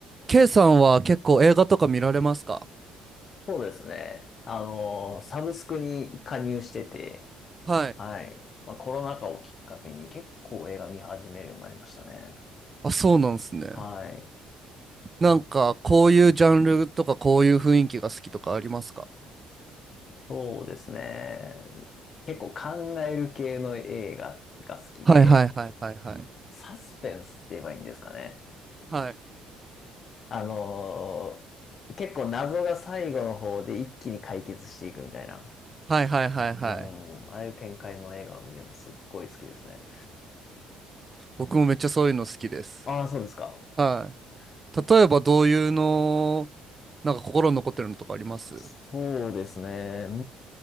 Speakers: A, on the right; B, on the left.
A: K さんは結構映画とか見られますか
B: そうですね。あの、サブスクに加入してて、
A: はい。
B: はい。まあ、コロナ禍をきっかけに結構映画見始めるようになりましたね。
A: あ、そうなんですね。
B: はい。
A: なんか、こういうジャンルとか、こういう雰囲気が好きとかありますか
B: そうですね。結構考える系の映画が好きで、
A: はいはいはいはいはい。
B: サスペンスって言えばいいんですかね。
A: はい。
B: あの、結構謎が最後の方で一気に解決していくみたいな。
A: はいはいはいはい。
B: うん。ああいう展開の映画を見るのすっごい好きですね。
A: 僕もめっちゃそういうの好きです。
B: ああ、そうですか。
A: はい。例えば、どういうの、なんか心に残ってるのとかあります
B: そうですね。うー